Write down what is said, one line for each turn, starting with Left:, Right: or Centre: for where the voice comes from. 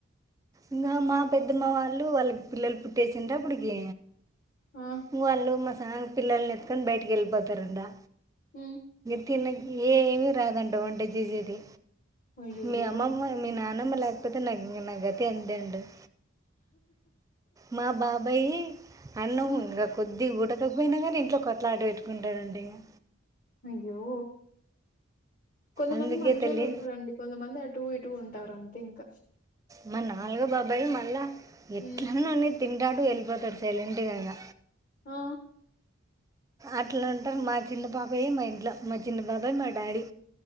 Right: ఇంకా మా పెద్దమ్మ వాళ్ళు వాళ్ళకి పిల్లలు పుట్టేసిండ అప్పడికి
Left: ఆ
Right: ఇం వాళ్ళు మా సామి పిల్లల్ని ఎత్తుకొని బయటకి వెళ్ళిపోతారుందా
Left: ఉమ్
Right: తినకి ఏమి రాదంట వంట చేసేది
Left: అయ్యయ్యో
Right: మీ అమ్మమ్మ మీ నాన్న అమ్మ లేకపోతే ఇంకా నా గతి అంతే అంటది మా బాబాయి అన్నం
Left: ఉమ్
Right: ఇంకా కొద్దిగా ఉడక కపోయినా కానీ ఇంట్లో కొట్లాటా పెట్టుకుంటాడంట ఇకా
Left: అయ్యో కొంతమంది
Right: అందుకే
Left: మంచొల్లు
Right: తల్లి
Left: ఉంటారండి కొంతమంది అటు ఇటు ఉంటారు అంతే ఇంకా
Right: మా నాలుగో బాబాయి మళ్ళా ఎట్లన్న
Left: ఉమ్
Right: ఉన్ని తింట టాడు వెళ్ళిపోతాడు సైలెంట్గా అయిన
Left: ఆ
Right: అట్లాంటారు మా చిన్న బాబాయ్ మా ఇంట్లో మా చిన్న బాబాయ్ మా డాడీ